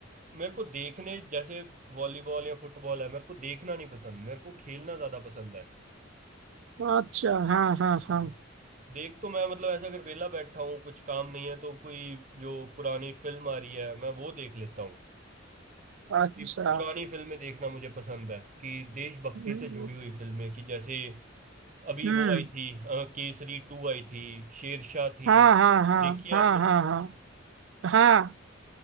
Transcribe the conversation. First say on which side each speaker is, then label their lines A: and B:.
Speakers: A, on the right (about 40°); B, on the right (about 70°).
A: मेरे को देखने जैसे वॉलीबॉल या फुटबॉल है मेरे को देखना नहीं पसंद मेरे को खेलना ज्यादा पसंद है
B: अच्छा हाँ हाँ हाँ
A: हम्म देख तो मैं मतलब ऐसे अगर वेला बैठा हूँ कुछ काम नहीं है तो कोई जो पुरानी फिल्म आ रही है मैं वो देख लेता हूँ
B: अच्छा
A: ये पुरानी फिल्में देखना मुझे पसंद है कि देशभक्ति
B: हम्म
A: से जुड़ी हुई फिल्में कि जैसे अभी
B: हम्म,
A: वो आई थी अ, केसरी टू आई थी शेरशाह थी
B: हाँ हाँ हाँ
A: देखी
B: हाँ
A: आपने
B: हाँ हाँ हाँ